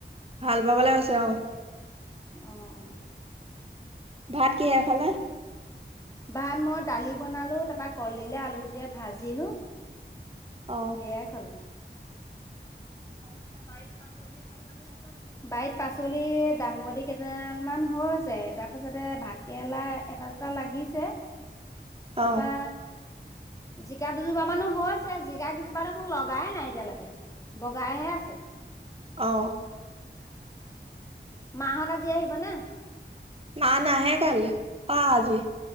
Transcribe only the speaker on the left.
অ অ ।
ভাত মই দালি বনালো, তাৰপৰা কলদিলে, আলু গুটি ভাজিলো ।
এয়া খালো। বাৰীত পাচলি চাচলি নুচোৱা নি, বাৰিত পাচলি দাংবদি কেইডাল মান হৈ হৈছে, তাৰ পাছতে ভাত কেৰেলা এটা দুটা লাগিছে। তাপা
জিকা দুজোপামানো আ হৈছে জিকা কেইজোপা দেখোন লগাই নাই এতিয়ালৈকে বগাইহে আছ
মাহত আজি আহিব নে?